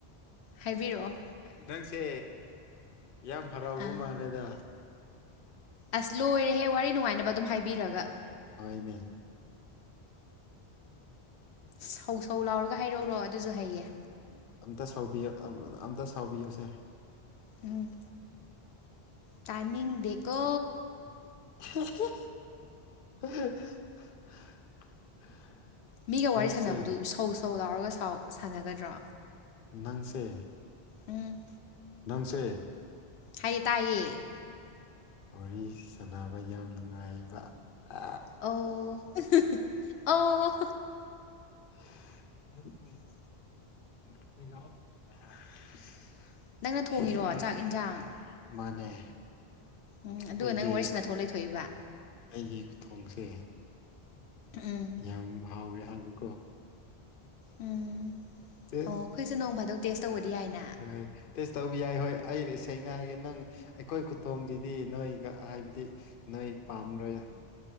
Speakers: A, on the left (about 80°); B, on the left (about 60°).
A: ꯍꯥꯏꯕꯤꯔꯛꯑꯣ
B: ꯅꯪꯁꯦ ꯌꯥꯝ ꯍꯔꯥꯎꯕ
A: ꯑꯥ
B: ꯃꯥꯜꯂꯦꯗ
A: ꯑꯁ ꯂꯣꯏꯔꯦꯍꯦ ꯋꯥꯔꯤ ꯅꯨꯡꯉꯥꯏꯅꯕ ꯑꯗꯨꯝ ꯍꯥꯏꯕꯤꯔꯒ
B: ꯍꯣꯢꯅꯦ
A: ꯁꯧ ꯁꯧ ꯂꯥꯎꯔꯒ ꯍꯥꯏꯔꯛꯎꯔꯣ ꯑꯗꯨꯁꯨ ꯍꯩꯌꯦ
B: ꯇ ꯁꯥꯎꯕꯤꯌ ꯑꯝ ꯑꯝꯇ ꯁꯥꯎꯕꯤꯌꯨꯁꯦ
A: ꯎꯝ ꯇꯥꯅꯤꯡꯗꯦꯀꯣ
B: <unintelligible>
A: ꯃꯤꯒ
B: ꯅꯪꯁꯦ
A: ꯋꯥꯔꯤ ꯁꯥꯟꯅꯕꯗꯨ ꯁꯧ ꯁꯧ ꯂꯥꯎꯔꯒ ꯁꯥꯎ ꯁꯥꯟꯅꯒꯗ꯭ꯔꯣ
B: ꯅꯪꯁꯦ
A: ꯎꯝ
B: ꯅꯪꯁꯦ
A: ꯍꯥꯢꯌꯦ ꯇꯥꯏꯌꯦ
B: ꯋꯥꯔꯤ ꯁꯥꯟꯅꯕ ꯌꯥꯝ ꯅꯨꯡꯉꯥꯏꯕ ꯑ..
A: ꯑꯣ ꯑꯣ.. ꯍꯣ
B: <unintelligible>
A: ꯅꯪꯅ ꯊꯣꯡꯉꯤꯔꯣ ꯆꯥꯛ ꯏꯟꯖꯥꯡ
B: ꯃꯥꯅꯦ
A: ꯎꯝ ꯑꯗꯨꯒ
B: ꯑꯩꯒꯤ
A: ꯅꯪ ꯋꯥꯔꯤ ꯁꯅꯊꯣꯛ ꯂꯩꯊꯣꯛꯏꯕ
B: ꯑꯩꯒꯤ ꯈꯨꯊꯣꯡꯁꯦ
A: ꯎꯝ
B: ꯌꯥꯝ ꯍꯥꯎꯋꯦ ꯍꯥꯏꯕꯀꯣ
A: ꯎꯝ
B: ꯑꯦ
A: ꯑꯣ ꯑꯩꯈꯣꯏꯁꯨ ꯅꯣꯡ ꯐꯥꯗꯣꯛ ꯇꯦꯁ ꯇꯧꯕꯗꯤ ꯌꯥꯏꯅ
B: ꯍꯦ ꯇꯦꯁ ꯇꯧꯕ ꯌꯥꯏ ꯍꯣꯏ ꯑꯩꯔꯦ ꯁꯦꯡꯅ ꯍꯥꯏꯔꯒꯦ ꯅꯪ ꯑꯩꯈꯣꯏ ꯈꯨꯇꯣꯡꯖꯤꯗꯤ ꯅꯣꯏꯒ ꯍꯥꯏꯕꯗꯤ ꯅꯣꯢ ꯄꯥꯝꯔꯣꯢꯗ